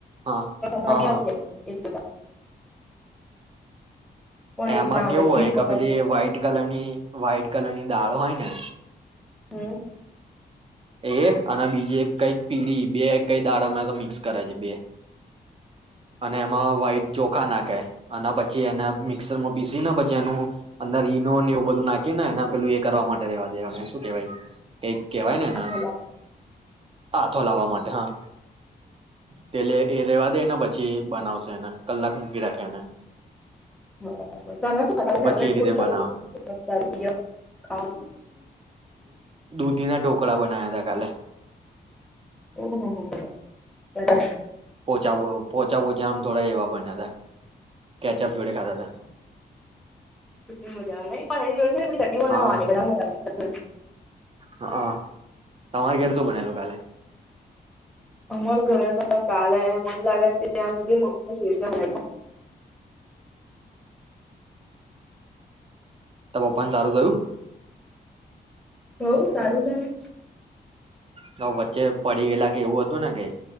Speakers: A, on the right; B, in the centre.
A: હા
B: આવડી
A: હા
B: જાય
A: હા
B: એક <unintelligible> પણ
A: એમાં
B: એજ ના આવડે
A: કેવું
B: ખીરું
A: હોય ક
B: બનાવતા
A: પેલી
B: ના
A: વ્હાઈટ
B: આવડે
A: કલર ની વ્હાઈટ કલર ની દાળ હોય ને.
B: હમ્મ.
A: એ અને બીજી એક કઈક પીડી બે કઈ દાડામાં તો મિક્સ કરે છે બે. અને એમાં વ્હાઈટ ચોખા નાખે અને પછી પછી એના મિક્સરમાં પીસી ને પછી એનું, અંદર ઈનો ને એવું બધું નાખી ને એને પેલું એ કરવા માટે રેવા દેવાને શું કેહેવાય. કઈક કેવાય ને એને.
B: ભલા.
A: થો લાવવા માટે હા. પેલે એ રેવા દેને પછી બનાવશે એને કલાક મૂકી રાખ એને.
B: બરાબર તમને
A: પછી એ રીતે
B: <inaudible>
A: બનાવે
B: ફૂડ કયું <inaudible>
A: દૂધીના ઢોકળા બન નાયાતા કાલે.
B: ઓ-હો-હો-હો-હો સરસ.
A: પોચા વો પોચા-પોચા આમ થોડા એવા બનાયવા. કેચઅપ જોડે ખાધા તા.
B: <inaudible> મજા આવે નઈ
A: હા
B: <inaudible> <inaudible>
A: હાઅં. તમારી ઘેરે શું બનેલું કાલે?
B: અમારું ઘરે તો કાલે મન લાગે છે સુધી તો મમ્મીએ <unintelligible> બનાયવા.
A: <unintelligible> પણ સારું થયું?
B: હોવ સારું છેને.
A: તો વચ્ચે પડી ગયેલા કે એવું હતું ને કઈ?